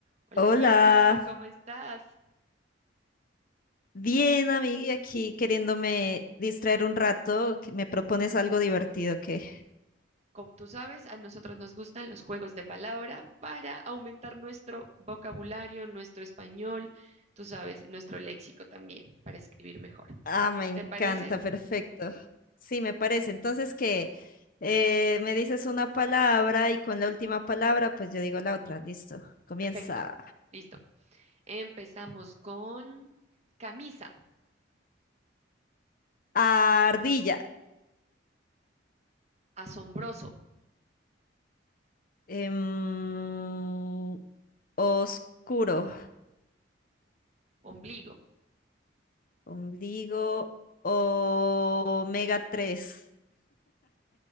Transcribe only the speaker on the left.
Hola,
bien amiga, aquí queriéndome distraer un rato, que me propones algo divertido que...
Ah, me encanta,
perfecto. Sí, me parece. Entonces que me dices una palabra y con la última palabra, pues yo digo la otra, listo. Comienza.
Ardilla.
Em, oscuro.
Ombligo. Omega 3.